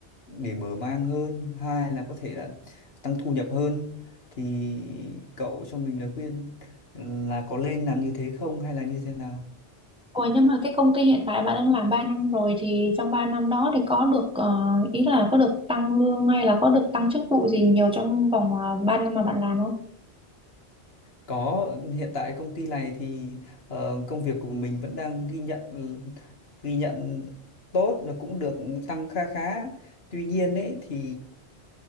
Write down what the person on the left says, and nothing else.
để mở mang hơn hai là có thể là tăng thu nhập hơn thì cậu cho mình lời khuyên là có nên làm như thế không hay là như thế nào
Có hiện tại công ty này thì ờ, công việc của mình vẫn đang ghi nhận ghi nhận tốt và cũng được tăng kha khá. Tuy nhiên ấy thì